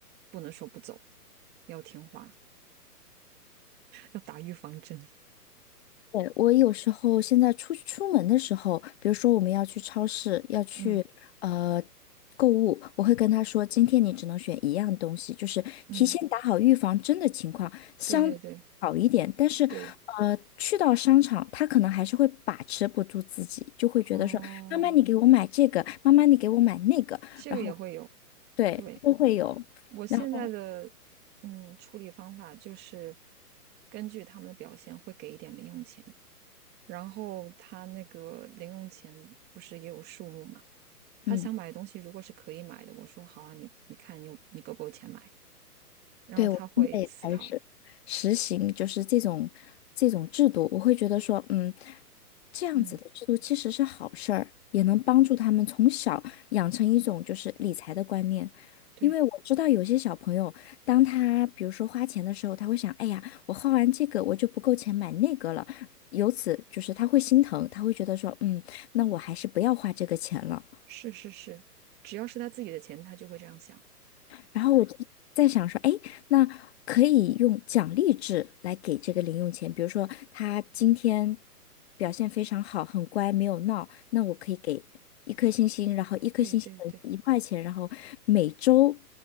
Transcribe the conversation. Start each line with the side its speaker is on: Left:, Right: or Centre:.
Right: 不能说不走，要听话，要打预防针。
Left: 对，我有时候现在出出门的时候，比如说我们要去超市，要去呃
Right: <laughs> 嗯。
Left: 购物，我会跟他说，今天你只能选一样东西，就是提前打好预防针的情况相好一点。
Right: 嗯，对对对
Left: 但是，
Right: 对，
Left: 呃，去到商场，他可能还是会把持不住自己，就会觉得说，
Right: 哦，
Left: 妈妈你给我买这个，妈妈你给我买那个，
Right: 这个也会有。
Left: 然后对，
Right: 对，
Left: 都会有。
Right: 我现在的
Left: 然后，
Right: 嗯处理方法就是根据他们的表现会给一点零用钱，然后他那个零用钱不是也有数目嘛？他想买的东西如果是可以买的，
Left: 嗯。
Right: 我说好啊，你你看你有你够不够钱买？然后他会思考，
Left: 对，我现在也开始实行，就是这种这种制度，我会觉得说，嗯，这样子的制度其实是好事儿，
Right: 嗯，
Left: 也能帮助他们从小养成一种就是理财的观念。
Right: 对，
Left: 因为我知道有些小朋友，当他比如说花钱的时候，他会想，哎呀，我花完这个我就不够钱买那个了，由此就是他会心疼，他会觉得说，嗯，那我还是不要花这个钱了。
Right: 是是是，只要是他自己的钱，他就会这样想。
Left: 然后我就在想说，哎，那可以用奖励制来给这个零用钱，比如说他今天表现非常好，很乖，没有闹，那我可以给一颗星星，然后一颗星星等于一块钱，
Right: 对对对，
Left: 然后每周。